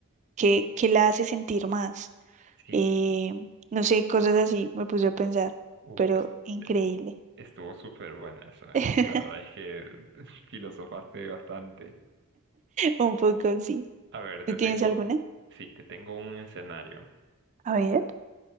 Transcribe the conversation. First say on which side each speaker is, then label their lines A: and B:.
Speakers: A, on the right (about 35°); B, on the right (about 55°).
A: ¿Qué, qué la hace sentir más?
B: Sí.
A: Eh, no sé, cosas así me puse a pensar,
B: Uf,
A: pero
B: es-
A: increíble.
B: es- estuvo súper buena eso, ¿eh?
A: <laughs>
B: La verdad es que <laughs> filosofaste bastante.
A: Un poco así.
B: A ver, te
A: ¿Tú tienes
B: tengo,
A: alguna?
B: sí, te tengo un escenario.
A: A ver.